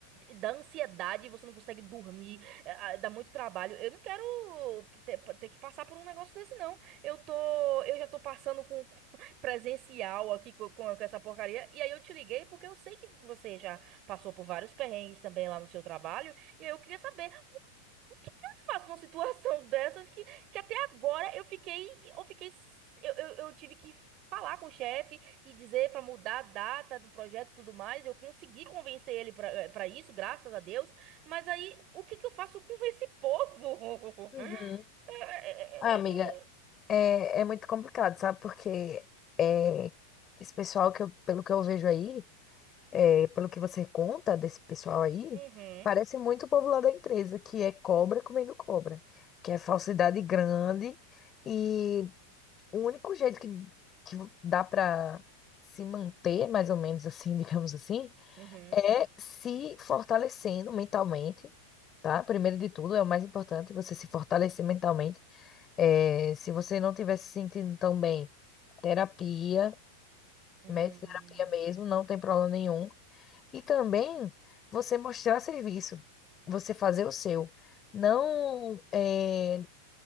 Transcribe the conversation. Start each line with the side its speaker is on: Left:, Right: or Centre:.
Right: dá ansiedade, você não consegue dormir, é, ah, dá muito trabalho. Eu não quero ter, ter que passar por um negócio desse, não. Eu tô, eu já tô passando presencial aqui co- com, com essa porcaria. E aí eu te liguei porque eu sei que você já passou por vários perrengues também lá no seu trabalho. E aí eu queria saber o que que eu faço numa situação <laughs> dessas que, que até agora eu fiquei, eu fiquei, eu, eu, eu tive que falar com o chefe e dizer para mudar a data do projeto e tudo mais. Eu consegui convencer ele para para isso, graças a Deus. Mas aí o que que eu faço com esse povo?
Left: Uhum.
Right: <laughs> Eu, eu,
Left: Ah,
Right: eu
Left: amiga,
Right: tô...
Left: é, é muito complicado, sabe? Porque é, esse pessoal que eu, pelo que eu vejo aí. é, pelo que você conta desse pessoal aí,
Right: Uhum,
Left: parece muito o povo lá da empresa, que é cobra comendo cobra, que é falsidade grande e o único jeito que, que dá para se manter, mais ou menos assim, <laughs> digamos assim,
Right: uhum.
Left: é se fortalecendo mentalmente. Tá? Primeiro de tudo, é o mais importante você se fortalecer mentalmente. É, se você não estiver se sentindo tão bem, terapia,
Right: Hum.
Left: mete terapia mesmo, não tem problema nenhum. E também você mostrar serviço, você fazer o seu. Não, é,